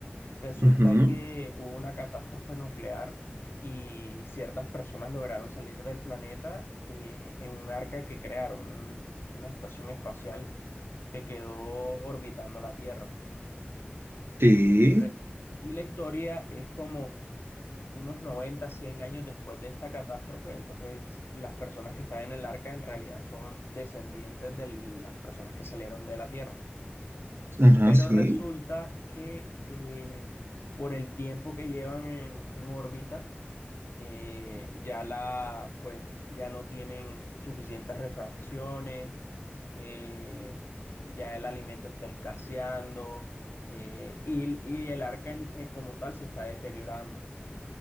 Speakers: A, on the left (about 70°); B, on the right (about 75°).
A: Resulta
B: Ujú.
A: que hubo una catástrofe nuclear y ciertas personas lograron salir del planeta eh, en un arca que crearon, un- una estación espacial que quedó orbitando la Tierra.
B: Sí,
A: Re- y la historia es como unos 90, 100 años después de esta catástrofe, entonces las personas que están en el arca en realidad son descendientes de las personas que salieron de la Tierra.
B: ajá,
A: Pero
B: sí.
A: resulta que eh, por el tiempo que llevan en, en órbita, eh, ya la, pues, ya no tienen suficientes refracciones, eh, ya el alimento está escaseando, eh, y, y el arca en- eh, como tal se está deteriorando.